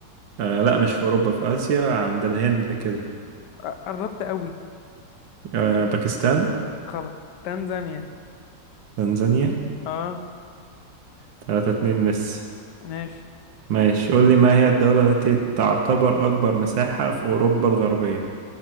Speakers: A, on the right; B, on the left.
A: آه لا مش في أوروبا في آسيا عند الهند كده
B: آه، قربت قوي
A: آه باكستان
B: غلط تنزانيا
A: تنزانيا
B: اه
A: تلاتة اتنين لسه
B: ماشي
A: ماشي قول لي ما هي الدولة التي تعتبر أكبر مساحة في أوروبا الغربية